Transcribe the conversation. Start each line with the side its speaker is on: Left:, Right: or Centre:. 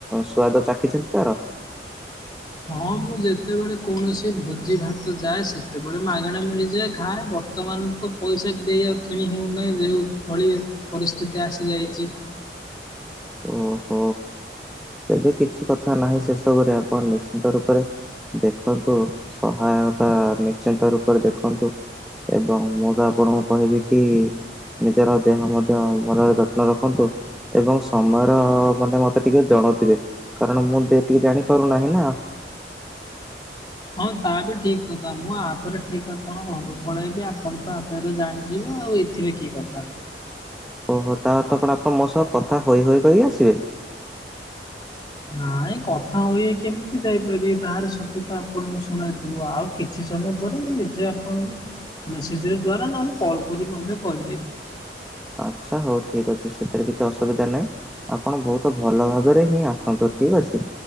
Centre: ସୁଆଦ ଚାଖିଛନ୍ତି ତାର?
Left: ହଁ ମୁଁ ଯେତେବେଳେ କୌଣସି ଭୋଜି ଭାତ ଯାଏ ସେତେବେଳେ ମାଗଣା ମିଳିଯାଏ ଖାଏ। ବ ବର୍ତ୍ତମାନ ତ ପଇସା ଦେଇ ଆଉ କିଣି ହୋଉନାହିଁ ଯେଉଁ ଭଳି ପରିସ୍ଥିତି ଆସିଯାଇଚି।
Centre: ଓହୋ। ତେବେ କିଛି କଥା ନାହିଁ ସେସବୁରେ ଆପଣ ନିଶ୍ଚିନ୍ତ ରୂପରେ ଦେଖନ୍ତୁ ସହାୟତା ନିଶ୍ଚିନ୍ତ ରୂପରେ ଦେଖନ୍ତୁ ଏବଂ ମୁଁ ତ ଆପଣଙ୍କୁ କହିବି କି ନିଜର ଦେହ ମଧ୍ୟ ଭଲରେ ଯତ୍ନ ରଖନ୍ତୁ। ଏବଂ ସମୟର ମାନେ ମତେ ଟିକେ ଜଣ ଥିବେ କାରଣ ମୁଁ ତ ଏତିକି ଜାଣିପାରୁନାହିଁ ନା।
Left: ହଁ ତା ବି ଠିକ କଥା ମୁଁ ଆପରେ ଠିକ ଆପଣ ଘରକୁ ପଳେଇବି ଆପଣ ତ ଆପେ ଆପେ ଜାଣିଯିବେ ଆ ଆଉ ଏଥିରେ କି କଥା
Centre: ଓହୋ ତା ଅର୍ଥ କଣ ଆପଣ ମୋ ସହ କଥା ହୋଇ ହୋଇ କରିକି ଆସିବେ
Left: ନାଇଁ କଥା ହୋଇ ହୋଇ କେମିତି ଯାଇପାରିବେ ବାହାର ଶବ୍ଦ ତ ଆପଣଙ୍କୁ ଶୁଣା ଯିବ ଆଉ କିଛି ସମୟ ମୁଁ କହିଲି ମୁଁ ନିଜେ ଆପନଙ୍କୁ ମେସେଜରେ ଦ୍ୱାରା ନହେଲେ କଲ କରି ମଧ୍ୟ କହିଦେବି।
Centre: ଆଛା ହୋଉ ଠିକ ଅଛି। ସେଥିରେ କିଛି ଅସୁବିଧା ନାହିଁ ଆପଣ ବହୁତ ଭଲ ଭାବରେ ହିଁ ଆସନ୍ତୁ। ଠିକ ଅଛି।